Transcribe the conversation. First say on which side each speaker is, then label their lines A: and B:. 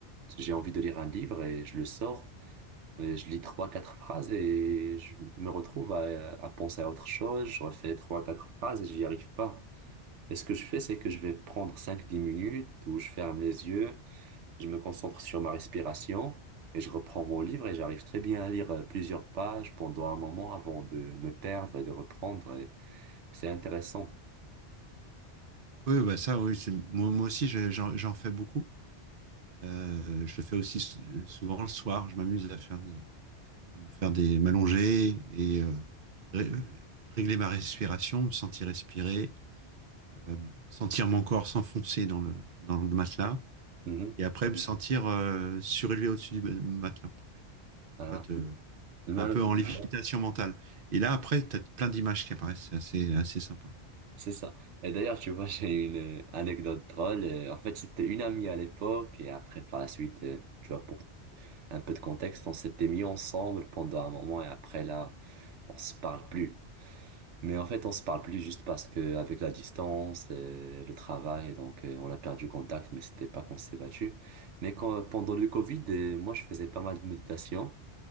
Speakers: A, on the right (about 85°); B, on the right (about 55°).
A: J'ai envie de lire un livre et je le sors, et je lis trois, quatre phrases et je me retrouve à, à penser à autre chose, je refais trois, quatre phrases et j'y arrive pas. Et ce que je fais, c'est que je vais prendre cinq dix minutes où je ferme les yeux, je me concentre sur ma respiration et je reprends mon livre et j'arrive très bien à lire euh, plusieurs pages pendant un moment avant de me perdre et de reprendre. Et c'est intéressant.
B: Oui, bah ça, oui, c'est- moi, moi aussi, je- j'en j'en fais beaucoup. Euh, je fais aussi souvent le soir, je m'amuse à faire des, à me faire des m'allonger et euh, ré- régler ma respiration, me sentir respirer, euh, sentir mon corps s'enfoncer dans le, dans le matelas
A: Mhm.
B: et après me sentir euh, surélevé au-dessus du ma- matelas.
A: Ah.
B: Tu vois, te-
A: Non,
B: un peu
A: non, je
B: en
A: sais
B: lévitation
A: pas.
B: mentale. Et là, après, tu as plein d'images qui apparaissent. C'est assez, assez sympa.
A: c'est ça. Et d'ailleurs, tu vois, <laughs> j'ai une euh, anecdote drôle. Euh, En fait, c'était une amie à l'époque et après, par la suite, euh, tu vois, pour un peu de contexte, on s'était mis ensemble pendant un moment et après, là, on se parle plus. Mais en fait, on se parle plus juste parce que avec la distance, euh, le travail, donc euh, on a perdu contact, mais c'était pas qu'on s'est battu. Mais quand, pendant le Covid, euh, moi, je faisais pas mal de méditation.